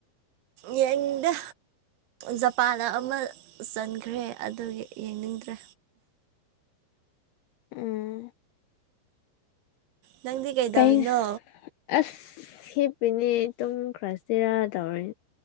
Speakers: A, on the right; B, on the left.
A: ꯌꯦꯡꯅꯤꯡꯗꯦ ꯖꯄꯥꯟꯅ ꯑꯃ ꯆꯟꯈ꯭ꯔꯦ ꯑꯗꯨꯒꯤ ꯌꯦꯡꯅꯤꯡꯗ꯭ꯔꯦ
B: ꯎꯝ
A: ꯅꯪꯗꯤ ꯀꯩꯗꯧꯔꯤꯅꯣ
B: ꯀꯩ ꯑꯁ ꯁꯤꯠ ꯑꯩꯅꯦ ꯇꯨꯝꯈ꯭ꯔꯁꯤꯔꯥ ꯇꯧꯔꯦ